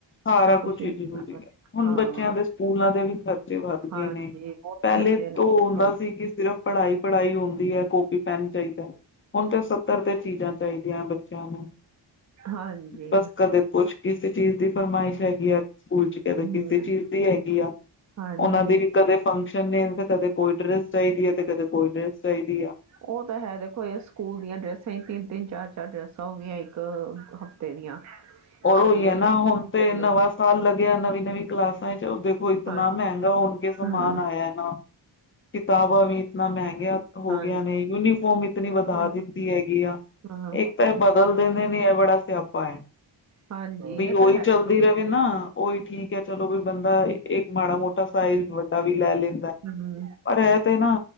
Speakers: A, on the left; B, on the right.
A: ਸਾਰਾ
B: ਸਭ
A: ਕੁਛ ਹੀ
B: ਦੇਖਣਾ
A: ਜ਼ਰੂਰੀ ਹੈ।
B: ਪੈਂਦਾ।
A: ਹੁਣ
B: ਹਾਂ
A: ਬੱਚਿਆਂ ਦੇ ਸਕੂਲਾਂ ਦੇ ਵੀ ਖਰਚ- ਖਰਚੇ ਵੱਧ
B: ਹਾਂਜੀ
A: ਗਏ ਨੇ,
B: ਬਹੁਤ
A: ਪਹਿਲੇ
B: ਖਰਚੇ ਨੇ
A: ਤੋਂ ਹੁੰਦਾ
B: ਹੁਣ
A: ਸੀ ਕਿ ਸਿਰਫ਼ ਪੜਾਈ-ਪੜਾਈ ਹੁੰਦੀ ਹੈ ਕਾਪੀ, ਪੈਨ ਚਾਹੀਦਾ, ਹੁਣ ਤੇ ਸੱਤਰ ਤੇ ਚੀਜ਼ਾਂ ਚਾਹੀਦੀਆਂ ਬ- ਚੇਆਂ ਨੂੰ,
B: ਹਾਂਜੀ
A: ਬਸ ਕਦੇ ਕੁਛ ਕਿਸੇ ਚੀਜ਼ ਦੀ ਫਰਮਾਇਸ਼ ਹੈਗੀ ਆ ਸਕੂਲ ਚ। ਕਦੇ
B: ਹਮ
A: ਕਿਸੇ ਚੀਜ਼ ਦੀ ਹੈਗੀ ਆ
B: ਹਾਂਜੀ
A: ਉਹਨਾਂ ਦੇ ਵੀ ਕਦੇ ਫੰਕਸ਼ਨ ਨੇ ਤੇ ਕਦੇ ਕੋਈ ਡਰੈਸ ਚਾਹੀਦੀ ਹੈ ਤੇ ਕਦੇ ਕੋਈ ਡਰੈਸ ਚਾਹੀਦੀ ਆ।
B: ਉਹ ਤਾਂ ਹੈ ਦੇਖੋ ਇਸ ਸਕੂਲ ਦੀਆਂ ਡਰੈਸਾਂ ਹੀ ਤਿੰਨ ਤਿੰਨ ਚਾਰ ਚਾਰ ਡਰੈਸਾਂ ਹੋ ਗਈਆਂ ਇੱਕ ਹ। ਤੇ ਦੀਆਂ
A: ਔਰ
B: ਕਦੀ
A: ਉਈ ਹੈ
B: ਇਹ
A: ਨਾ
B: ਡਰੈਸ,
A: ਹੁਣ ਤੇ
B: ਕਦੀ
A: ਨਵਾਂ
B: ਉਹ
A: ਸਾਲ ਲੱਗਿਆ ਨਵੀਂ ਨਵੀਂ ਕਲਾਸਾਂ ਚ। ਇਤਨਾ
B: ਹਾਂਜੀ
A: ਮਹਿੰਗਾ ਹੋ ਕੇ ਸਮਾਨ
B: ਹਮ
A: ਆਇਆ ਨਾ। ਕਿਤਾਬਾਂ ਵੀ ਇਤਨਾ ਮਹਿੰਗੀਆਂ ਹੋ
B: ਹਾਂਜੀ
A: ਗਈਆਂ ਨੇ ਯੂਨੀਫੋਮ ਇਤਨੀ ਵਧਾ
B: ਹਾਂ
A: ਦਿੱਤੀ ਹੈਗੀ ਆ।
B: ਹਾਂ
A: ਇੱਕ ਤਾਂ ਇਹ ਬਦਲ ਦਿੰਦੇ ਨੇ ਇਹ ਬੜਾ ਸਿਆਪਾ ਹੈ।
B: ਹਾਂਜੀ
A: ਵੀ
B: ਇਹ
A: ਉਹੀ
B: ਤਾਂ ਹੈ
A: ਚੱਲਦੀ ਰਹੇ ਨਾ ਉਹੀ ਠੀਕ ਹੈ ਚਲੋ ਵੀ ਬੰਦਾ ਇੱਕ ਮਾੜਾ ਮੋਟਾ। ਸਈਜ਼
B: ਹਾਂਜੀ
A: ਵੱਡਾ ਵੀ ਲੈ ਲੈਂਦਾ
B: ਹਮ
A: ਪਰ ਇਹ ਤੇ ਨਾ